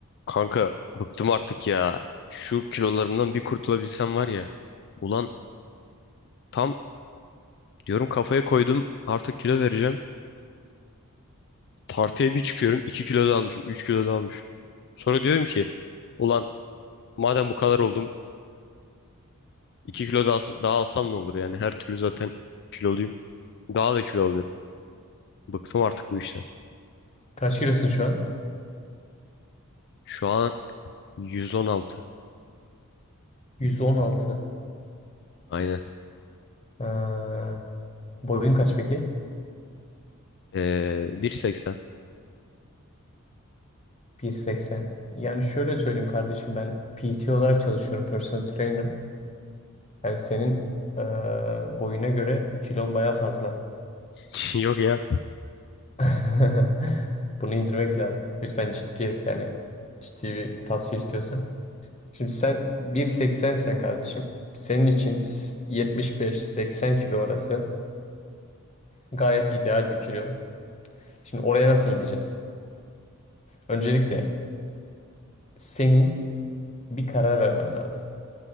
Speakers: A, on the left; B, on the left.
A: Kanka bıktım artık ya. Şu kilolarımdan bir kurtulabilsem var ya. Ulan tam diyorum kafaya koydum artık kilo vereceğim. Tartıya bir çıkıyorum 2 kilo da almışım 3 kilo da almışım. Sonra diyorum ki ulan madem bu kadar oldum 2 kilo daha, daha alsam ne olur yani her türlü zaten kiloluyum. Daha da kilo alıyorum. Bıktım artık bu işten.
B: Kaç kilosun şu an?
A: Şu an 116
B: 116.
A: aynen.
B: Ha, boyun kaç peki?
A: Ee, 1.80
B: 1.80. Yani şöyle söyleyeyim kardeşim ben PT olarak çalışıyorum. Personal trainer. Yani senin eee, boyuna göre kilon baya fazla.
A: <laughs> yok ya
B: <laughs> Bunu indirmek lazım. Lütfen ciddiyet yani. Ciddi bir tavsiye istiyorsan. Şimdi sen 1.80 sen kardeşim. Senin için 75-80 kilo arası gayet ideal bir kilo. Şimdi oraya nasıl ineceğiz? Öncelikle senin bir karar vermen lazım.